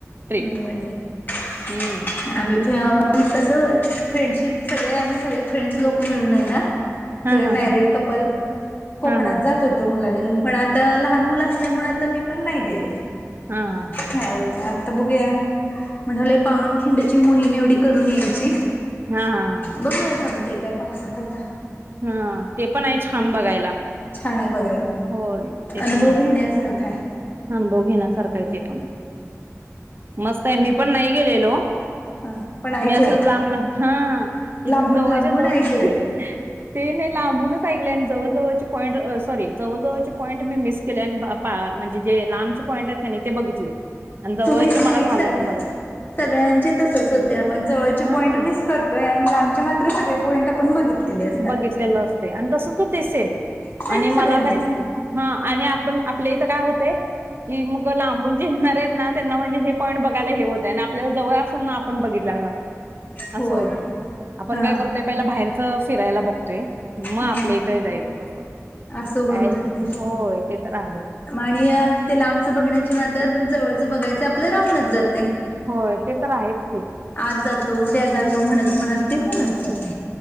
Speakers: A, on the right; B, on the left.
A: ट्रिप
B: हम् <unintelligible>
A: हम्म
B: तस फ्रेंडशिप सगळे आणि सगळे फ्रेंड्स लोक मिळून हेना
A: हा
B: सगळे
A: हा
B: मॅरिड
A: हा
B: कपल, कोकणात
A: हा हा हा
B: जात होते तो मुलानी पण आता लहान मुल असल्यामुळे, आता मी पण नाही गेले.
A: हा हा हा हा
B: या वेळेला आता बघूया. म्हणले पावनखिंडची मोहीम एवढी- करून यायची.
A: हा, हा, हा
B: बघुया जमत काय पावसात आता.
A: हा ते पण आहे, छान बघायला
B: छान आहे बघायला,
A: होय ते
B: अनुभव
A: पण आहे
B: घेण्यासारखा आहे.
A: अनुभव घेण्यासारख आहे ते पण, मस्त आहे मी पण नाही गेलेलो.
B: हा पण ऐकलंय
A: मी असच लांब लांब. हा इथ
B: लांबून
A: जवळ
B: लांबून
A: च्या जवळ.
B: ऐकलंय
A: ते नाही लांबूनच ऐकले आणि जवळजवळचे पॉईंट, सॉरी जवळजवळचे पॉईंट मी मिस केले आणि बा म्हणजे जे लांबचे पॉईंट आहेत कि नाही ते बघितले. आणि जवळचे
B: तुम्हीच
A: मला
B: नाही
A: झालं
B: सग
A: बघा.
B: सगळ्यांचे तसच होते आपण जवळचे
A: हां,
B: पॉईंट मिस करतोय आणि लांबचे मात्र सगळे पॉईंट आ पण बघितलेले.
A: बघितलेल असते आणि तसच होत सेम
B: सेम
A: आणि मला
B: सगळ्यांचच
A: कानी म्हणजे हा आणि आपण आपल्या इथ काय होते. कि मग लांबून जे येणार आहेत ना त्यांना म्हणजे हे पॉईंट बघायला हे होत आहे आणि आपल्याला जवळ असून पण बघितलेल नसत
B: होय
A: अस होत आपण
B: हा
A: काय करतोय पहि बाहेरच फिरायला बघतोय. मग
B: ह
A: आपल्या इथ जायच अस.
B: असं होऊन
A: काय
B: जाते
A: होय ते तर आहेच.
B: आणि ते लांबच बघण्याच्या नादात जवळच बघायच आपल राहूनच जाते.
A: होय ते तर आहेच कि,
B: आज जातो उद्या जातो म्हणत म्हणत ते होऊनच जाते.